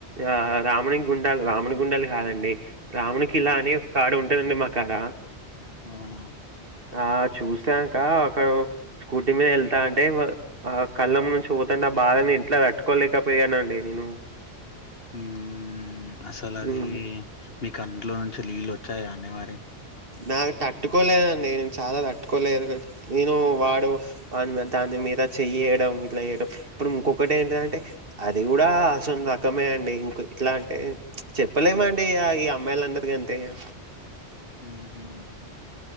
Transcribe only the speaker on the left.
అవునా?
ఉమ్ అసలు అది
మీకు కంట్లో నుంచి లీళ్ళూ వచ్చాయా అండి మరి
ఉమ్ హూ